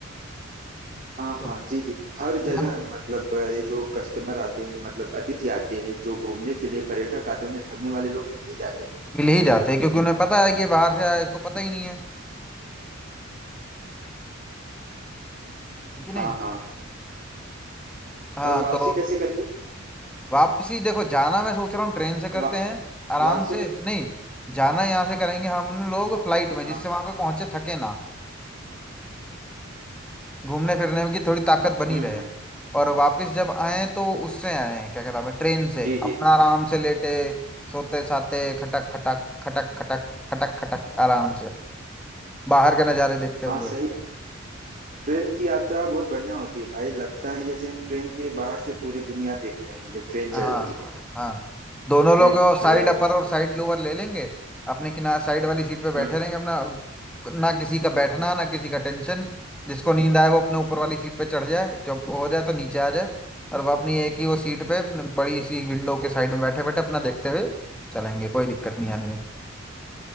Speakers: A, on the right; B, in the centre.
A: हाँ
B: तो
A: हाँ जी जी हर जगह
B: हम
A: मतलब अ, ये जो कस्टमर आते हैं मतलब अतिथि आते हैं जो घूमने के लिए पर्यटक आते हैं उन्हें ठगने वाले लोग मिल ही जाते हैं
B: मिल ही जाते हैं क्योंकि उन्हें पता है कि ये बाहर से आया है, इसको पता ही नहीं है है कि नहीं
A: हाँ हाँ
B: हाँ
A: और वापसी
B: तो
A: कैसे करेंगे
B: वापसी देखो जाना मैं सोच रहा हूँ ट्रेन से करते
A: वापसी
B: हैं आराम
A: वापसी
B: से
A: में कुछ
B: नहीं जाना यहाँ से करेंगे हम लोग फ्लाइट में
A: हाँ
B: जिससे वहां पे पहुंचे थके ना घूमने फिरने की थोड़ी ताकत बनी
A: हम्म
B: रहे
A: हम्म
B: और वापस जब आए तो उससे आए क्या कहते हैं ट्रेन से
A: जी
B: अपना
A: जी
B: आराम से लेटे सोते साते खटक खटक खटक खटक खटक खटक आराम से बाहर के नज़ारे देखते
A: हाँ
B: हुए
A: सही है ट्रेन की यात्रा बहुत बढ़िया होती है भाई लगता है जैसे हम ट्रेन के बाहर से पूरी दुनिया देख रहे हैं जब ट्रेन
B: हाँ
A: चलती
B: हाँ
A: है
B: हाँ। दोनों लोग
A: रेल
B: साइड
A: रेलगाड़ी
B: अपर
A: से
B: और साइड लोअर ले लेंगे अपने किनारे साइड वाली सीट पे बैठे
A: हम्म हम्म।
B: रहेंगे अपना ना किसी का बैठना ना किसी का टेंशन जिसको नींद आए वो अपने ऊपर वाली सीट पे चढ़ जाए जब हो जाए तो नीचे आ जाए और वो अपनी एक ही वो सीट पे बड़ी सी विंडो के साइड में बैठे बैठे अपना देखते हुए चलेंगे कोई दिक्कत नहीं आनी है